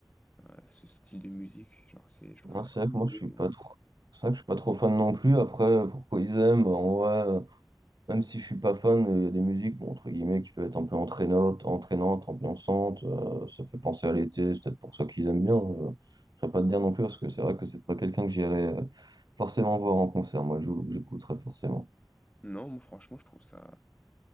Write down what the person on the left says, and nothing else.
euh, ce style de musique. Genre, c'est, je trouve
ça
vraiment
mauvais,
moi.
Non, moi, franchement, je trouve ça,